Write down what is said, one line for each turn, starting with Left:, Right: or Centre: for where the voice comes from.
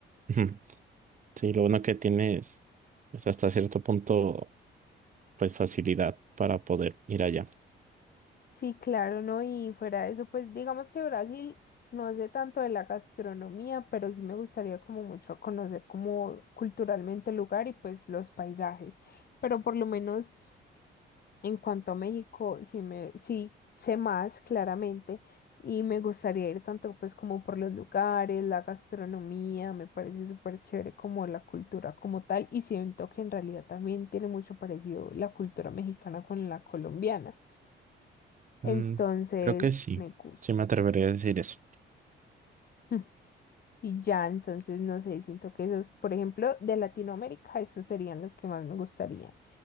Right: <laughs> Sí, lo bueno que tienes es hasta cierto punto, pues facilidad para poder ir allá.
Left: Sí, claro, ¿no? Y fuera de eso, pues digamos que Brasil no sé tanto de la gastronomía, pero sí me gustaría como mucho conocer como culturalmente el lugar y pues los paisajes. Pero por lo menos en cuanto a México, sí me, sí sé más claramente y me gustaría ir tanto pues como por los lugares, la gastronomía, me parece súper chévere como la cultura como tal y siento que en realidad también tiene mucho parecido la cultura mexicana con la colombiana. Entonces,
Right: Mm, Creo que sí,
Left: me gusta.
Right: sí me atrevería a decir eso.
Left: <laughs> Y ya, entonces, no sé, siento que esos, por ejemplo, de Latinoamérica, esos serían los que más me gustarían.